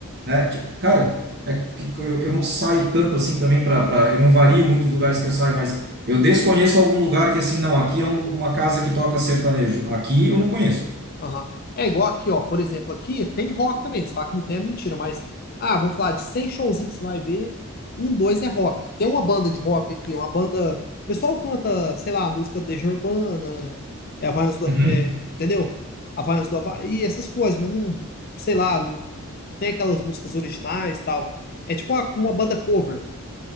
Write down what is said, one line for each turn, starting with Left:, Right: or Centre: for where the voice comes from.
Right: né? Ti- Cara, é que eu, eu não saio tanto assim também para, para, eu não vario muitos lugares que eu saio, mas eu desconheço algum lugar que assim, não, aqui é um- uma casa que toca sertanejo. Aqui eu não conheço.
Left: aham. É igual aqui, ó. Por exemplo, aqui tem rock também. Se falar que não tem é mentira, mas. Ah, vamos falar de 100 showzinhos que você vai ver. Um, dois é rock. Tem uma banda de rock aqui, uma banda. O pessoal canta, sei lá, música do Legião Urbana, é Havaianas do.
Right: Uhum.
Left: É, entendeu? Havaianas do Havaí, essas coisas, mas não. Sei lá, não, não tem aquelas músicas originais e tal. É tipo uma, uma banda cover.